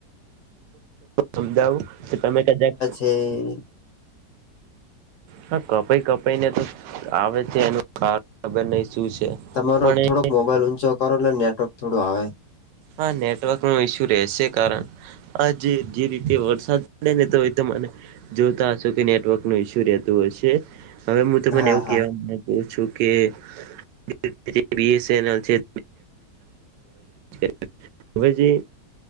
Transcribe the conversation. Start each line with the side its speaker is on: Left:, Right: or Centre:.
Right: સમજાવું કે તમે કદાચ
Left: એ
Right: હા કપાઈ કપાઈ ને તો આવે છે, એનું ખબર નહી શું છે.
Left: તમારો
Right: પણ
Left: થોડોક
Right: એ
Left: મોબાઈલ ઊંચો કરો એટલે નેટવર્ક થોડું આવે
Right: હા નેટવર્કનો ઈશ્યુ રહેશે કારણ આજે જે રીતે વરસાદ પડે ને તો એતો મને જોતા હશો કે નેટવર્કનું ઈશ્યુ રેતું હશે હવે મુ તમને
Left: હા
Right: એવું
Left: હા
Right: કેવા ગુ છું કે <unintelligible> એનલ છે <unintelligible> હવે જે